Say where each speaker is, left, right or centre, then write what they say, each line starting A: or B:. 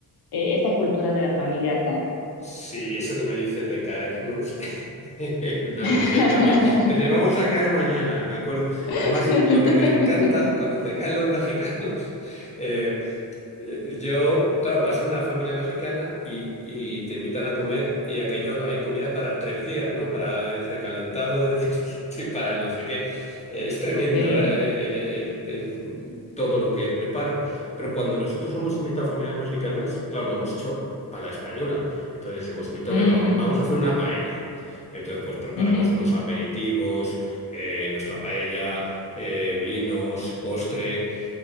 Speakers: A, on the left; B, on the left.
A: eh, esta cultura de la familia acá.
B: Sí, eso que me dices de caernos, <laughs> lo
A: <laughs>
B: decían también. Les vamos a caer mañana, me acuerdo. Además,
A: <laughs>
B: lo que me encanta cuando te caen los mexicanos, <laughs> Eh, Yo, claro, vas a una familia mexicana y, y te invitan a comer y aquello hay comida para tres días, ¿no? Para el recalentado <laughs> y para el no sé qué. Eh, Es tremendo
A: Sí.
B: ahora, eh, el- el- el- todo lo que preparan. Pero cuando nosotros hemos invitado a familias mexicanas, claro, lo hemos hecho a la española. Entonces hemos invitado,
A: Mm,
B: venga, vam- vamos
A: mm,
B: a hacer una paella. Entonces, pues preparamos
A: ujú.
B: unos aperitivos, eh, nuestra paella, eh, vinos, postre.